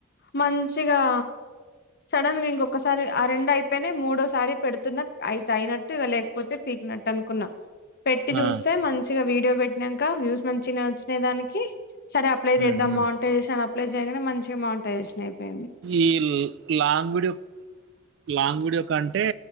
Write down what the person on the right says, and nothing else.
ఆ
ఉమ్ ఉమ్
ఈ ల్ లాంగ్ వీడియో లాంగ్ వీడియో కంటే